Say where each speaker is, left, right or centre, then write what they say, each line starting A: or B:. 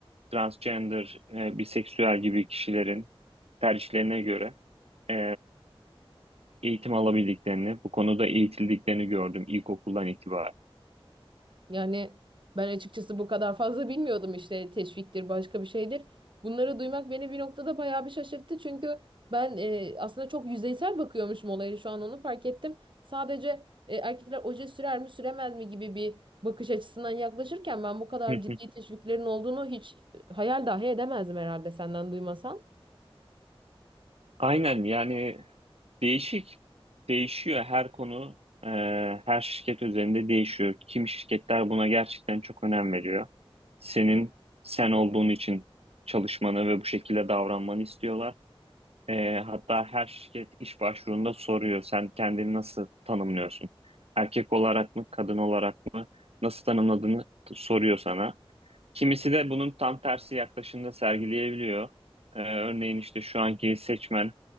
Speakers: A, on the right (about 85°); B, on the right (about 55°).
A: transgender, e, biseksüel gibi kişilerin tercihlerine göre e, eğitim alabildiklerini, bu konuda eğitildiklerini gördüm ilkokuldan itibaren.
B: Yani ben açıkçası bu kadar fazla bilmiyordum işte teşviktir başka bir şeydir. Bunları duymak beni bir noktada bayağı bir şaşırttı. Çünkü ben e, aslında çok yüzeysel bakıyormuşum olaya şu an onu fark ettim. Sadece e, erkekler oje sürer mi süremez mi gibi bir bakış açısından yaklaşırken ben bu kadar
A: Hı
B: ciddi
A: hı.
B: teşviklerin olduğunu hiç e, hayal dahi edemezdim herhalde senden duymasam.
A: Aynen yani Değişik. Değişiyor her konu, e, her şirket üzerinde değişiyor. Kim şirketler buna gerçekten çok önem veriyor. Senin sen olduğun için çalışmanı ve bu şekilde davranmanı istiyorlar. E, hatta her şirket iş başvurunda soruyor. Sen kendini nasıl tanımlıyorsun? Erkek olarak mı, kadın olarak mı? Nasıl tanımladığını t- soruyor sana. Kimisi de bunun tam tersi yaklaşımda sergileyebiliyor. E, örneğin işte şu anki seçmen